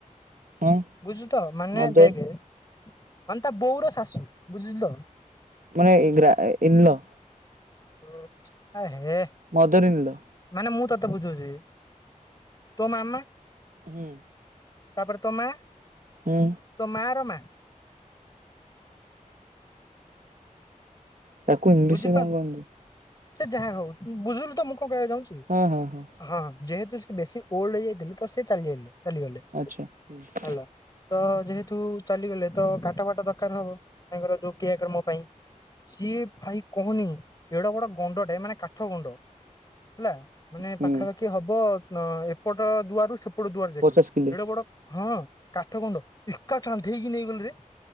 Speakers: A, on the right; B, on the left.
A: ହଁ
B: ବୁଝିଲୁ ତ ମାନେ
A: ମଦର
B: ଦେଖେ ମାନେ ତା ବୋଉର ଶାଶୁ ବୁଝିଲ ତ
A: ମାନେ ଇଗ୍ରା ଇନଲ
B: ଛୁ ଆ ହେ
A: ମଦର ଇନ୍ ଲ
B: ମାନେ ମୁଁ ତତେ ବୁଝୁଛି ତୋ ମାମା
A: ହୁଁ
B: ତାପରେ ତୋ ମା
A: ହୁଁ
B: ତୋ ମା ର ମାଆ
A: ତାକୁ ଇଂଲିଶରେ
B: ବୁଝିପାରୁନୁ
A: କଣ କହନ୍ତି?
B: ସିଏ ଯାହା ହଉ ବୁଝିଲୁ ତ ମୁଁ କଣ କହିବାକୁ ଚାହୁଁଛି
A: ହଁ ହଁ ହଁ
B: ହଁ ଯେହେତୁ ସେ ବେଶୀ ଓଲଡ ହେଇ ଯାଇଥିଲେ ତ ସେ ଚାଲିଯାଇଥିଲେ ଚାଲିଗଲେ
A: ଆଚ୍ଛା ହୁଁ
B: ହେଲା ତ ଯେହେତୁ ଚାଲିଗଲେ ତ କାଟ ଫାଟ ଦରକାର ହବ ତାଙ୍କର ଯୋଉ କ୍ରିୟା କର୍ମ ପାଇଁ ସିଏ ଭାଇ କହୁନି ଏଡବଡ଼ ଗଣ୍ଡଟେ ମାନେ କାଠ ଗଣ୍ଡ ହେଲା ମାନେ
A: ହୁଁ
B: ପାଖାପାଖି ହବ ଏପଟ ଦୁଆରୁ ସେପଟ ଦୁଆର ଯାକେ
A: ପଚାଶ କିଲେ
B: ଏଡ ବଡ ହଁ କାଠ ଗୁଣ୍ଡ ଏକା କାନ୍ଦେଇକି ନେଇଗଲେ ରେ